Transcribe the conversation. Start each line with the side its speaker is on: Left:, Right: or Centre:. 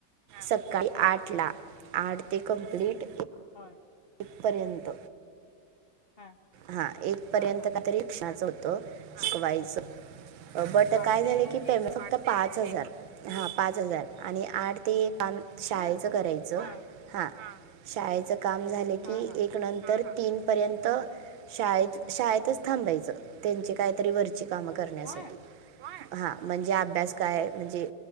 Right: सकाळी आठला आठ ते कंप्लीट
Left: होय
Right: एक पर्यंत
Left: हा
Right: हा एक पर्यंत
Left: हा हा
Right: का तर रिक्षाचं होतं. नको बाई तसं वट
Left: आठ
Right: काय
Left: ते
Right: झालं की पेमेंट
Left: एक
Right: फक्त पाच हजार हा पाच हजार आणि आठ ते एक काम शाळेचं
Left: होय
Right: करायचं
Left: हा
Right: हा शाळेचं काम झाले की
Left: हा हा
Right: एक नंतर तीन पर्यंत शाळेत शाळेतच थांबायचं त्यांचे काहीतरी वर काम करण्यासाठी
Left: होय
Right: हा म्हणजे अभ्यास
Left: होय
Right: काय आहे म्हणजे